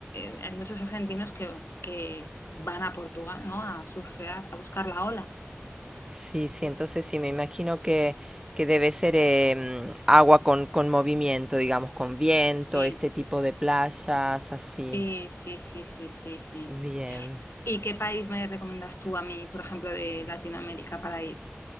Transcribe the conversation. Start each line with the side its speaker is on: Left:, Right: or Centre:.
Left: me- hay muchos argentinos que, que van a Portugal, ¿no? A surfear, a buscar la ola.
Right: Sí, sí, entonces sí, me imagino que, que debe ser em, agua con, con movimiento, digamos, con viento,
Left: Sí,
Right: este tipo de playas, así.
Left: sí, sí, sí, sí, sí, sí.
Right: Bien.
Left: ¿Y qué país me recomiendas tú a mí, por ejemplo, de Latinoamérica para ir?